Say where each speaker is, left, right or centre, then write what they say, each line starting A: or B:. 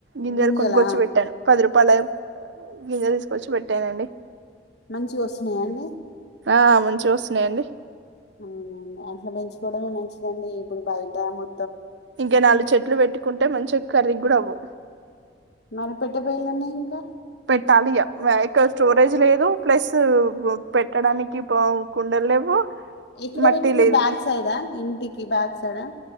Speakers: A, on the right; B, on the left.
A: గింజర
B: గింజలా
A: కొనుకొచ్చి పెట్టాను పది రూపా పల గింజ తీసుకొచ్చి పెట్టానండి
B: మంచి వస్తున్నాయాండి
A: ఆ ముంచి వస్తున్నాయండి
B: అవునండి అంట్లో పెంచుకోవడమే మంచిదండి ఇప్పుడు బయట మొ
A: ఇంకా నాలుగు చెట్లు పెట్టుకుంటే మంచిగా కర్రీ కూడా అవ్వదు
B: మొన్న పెట్టే బోయిందన్నా రంటా
A: పెట్టాలి గా ఇక్క <unintelligible> స్టోరేజ్ లేదు ప్లస్ పెట్టడానికి కుండలు లేవు
B: ఎక్కడ
A: మట్టి
B: పెట్టిన
A: లేదు
B: బ్యాగ్స్ ఐదా ఇంటికి ఈ బ్యాగ్స్ కదా